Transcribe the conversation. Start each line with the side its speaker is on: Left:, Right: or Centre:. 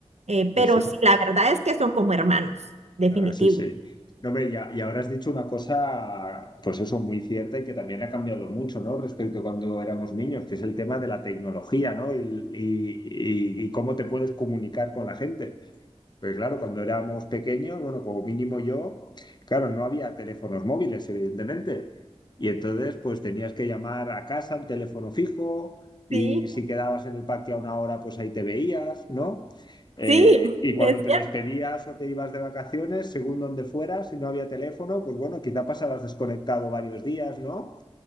Right: Eh,
Left: sí,
Right: pero
Left: sí.
Right: sí, la verdad es que son como hermanos, definitivo.
Left: Claro, sí, sí. No, hombre, y, a- y ahora has dicho una cosa, pues eso, muy cierta y que también ha cambiado mucho, ¿no? Respecto a cuando éramos niños, que es el tema de la tecnología, ¿no? Y, y- y- y cómo te puedes comunicar con la gente. Pues claro, cuando éramos pequeños, bueno, como mínimo yo, claro, no había teléfonos móviles, evidentemente. Y entonces, pues tenías que llamar a casa al teléfono fijo y
Right: Sí,
Left: si quedabas en el parque a una hora, pues ahí te veías, ¿no? Eh,
Right: Sí,
Left: y
Right: <laughs>
Left: cuando
Right: es
Left: te
Right: cierto.
Left: despedías o te ibas de vacaciones, según donde fueras, si no había teléfono, pues bueno, quizá pasabas desconectado varios días, ¿no?